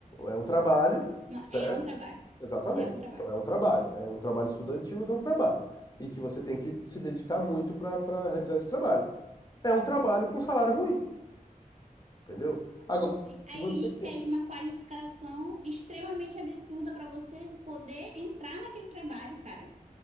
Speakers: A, on the left; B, on the right.
A: É um trabalho,
B: não,
A: certo?
B: É um trabalho.
A: Exatamente.
B: É um trabalho.
A: Então, é um trabalho. É um trabalho estudantil, mas é um trabalho. E que você tem que se dedicar muito para realizar esse trabalho. É um trabalho com salário ruim. Entendeu? Agora,
B: Ou, aí
A: se você quer.
B: que pede uma qualificação extremamente absurda para você poder entrar naquele trabalho, cara.